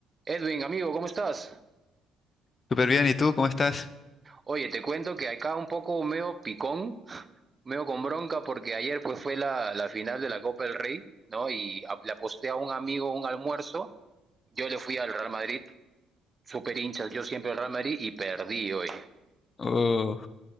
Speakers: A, on the right; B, on the left.
A: Edwin, amigo, ¿cómo estás?
B: Súper bien, ¿y tú cómo estás?
A: Oye, te cuento que acá un poco meo picón, meo con bronca porque ayer pues fue la, la final de la Copa del Rey, ¿no? Y a- le aposté a un amigo un almuerzo, yo le fui al Real Madrid, super hinchas, yo siempre al Real Madrid y perdí hoy.
B: Uh,